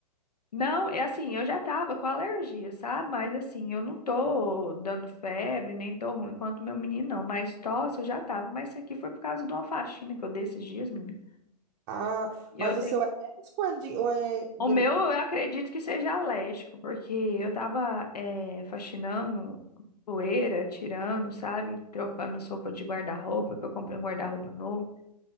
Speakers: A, on the left; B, on the right.
A: Não, é assim, eu já tava com alergia, sabe? Mas assim, eu não tô dando febre, nem tô ruim quanto meu menino, não. Mas tosse eu já tava. Mas isso aqui foi por causa de uma faxina que eu dei esses dias, menino.
B: Ah,
A: Eu
B: mas o seu é médico ou é de- ou é
A: O
B: gripe?
A: meu, eu acredito que seja alérgico, porque eu tava eh, faxinando poeira, tirando, sabe? Trocando as roupas de guarda-roupa, que eu comprei um guarda-roupa novo.